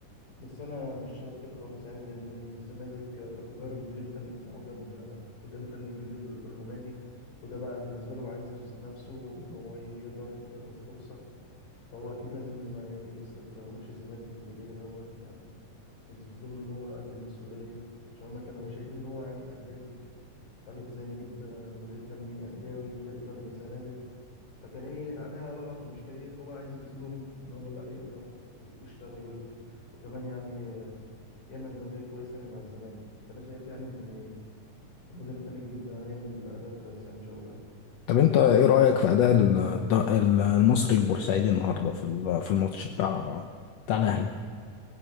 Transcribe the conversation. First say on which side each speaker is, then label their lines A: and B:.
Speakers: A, on the left (about 85°); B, on the left (about 65°).
A: بس انا مش شايف كده خالص يعني لان الزمالك آه، غير المدير الفني بتاعه جاب آه، مدير فني جديد ال- الرمادي وده بقى بالنسبه له عايز يثبت نفسه ان هو يقدر وياخد فرصه فهو اكيد لازم آه، يكسب في ماتش الزمالك اللي جاي دوت يعني عشان يثبت لهم ان هو قد المسؤوليه عشان هما كانوا شايفين ان هو يعني اهلاوي قال لك ازاي نجيب آه، مدير فني اهلاوي يدرب الزمالك فكان ايه عليها لغط ومشكلة فهو بقى عايز يثبت لهم ان هو لا يقدر ويشتغل وي- وكمان يعني يعمل أداء كويس يعني مع الزمالك فأنا شايف يعني إن المدير الفني الجديد ده هيعمل أداء كويس يعني إن شاء الله يعني
B: طب انت ايه رأيك في اداء ال- الد- المصري البورسعيدي النهارده في ال- في الماتش بتاع بتاع الاهلي